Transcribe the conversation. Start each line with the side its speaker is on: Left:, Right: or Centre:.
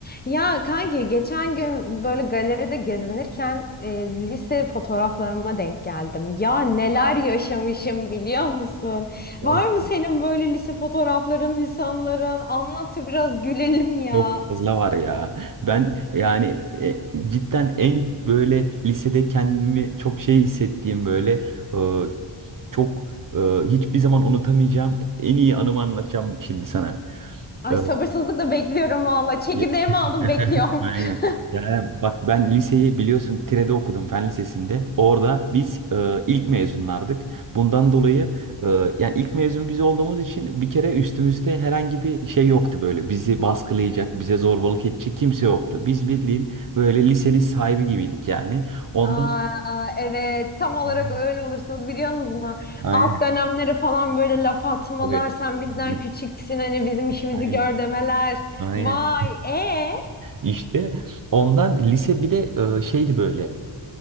Left: Ya kanki geçen gün böyle galeride gezinirken e, lise fotoğraflarıma denk geldim. Ya neler yaşamışım biliyor musun?
Right: Vallahi
Left: Var mı senin böyle lise fotoğrafların, lisanların? Anlat da biraz gülelim ya.
Right: çok fazla var ya. Ben yani e, cidden en böyle lisede kendimi çok şey hissettiğim böyle e, çok e, hiçbir zaman unutamayacağım en iyi anımı anlatacağım şimdi sana.
Left: Ay
Right: E,
Left: sabırsızlıkla bekliyorum valla. Çekirdeğimi
Right: Ya- <laughs>
Left: aldım bekliyorum. <laughs>
Right: Aynen. Yani bak ben liseyi biliyorsun Tire'de okudum fen lisesinde. Orada biz e, ilk mezunlardık. Bundan dolayı e, yani ilk mezun biz olduğumuz için bir kere üstümüzde herhangi bir şey yoktu böyle. Bizi baskılayacak, bize zorbalık edecek kimse yoktu. Biz bildiğin böyle lisenin sahibi gibiydik yani. Ondan
Left: Aa, evet tam olarak
Right: Aynen.
Left: öyle olursunuz biliyor musunuz?
Right: Aynen.
Left: Alt dönemleri falan böyle laf atmalar.
Right: Tabii.
Left: Sen bizden
Right: Aynen.
Left: küçüksün hani bizim işimizi
Right: Aynen.
Left: gör demeler.
Right: Aynen.
Left: Vay e
Right: İşte ondan lise bir de e, şeydi böyle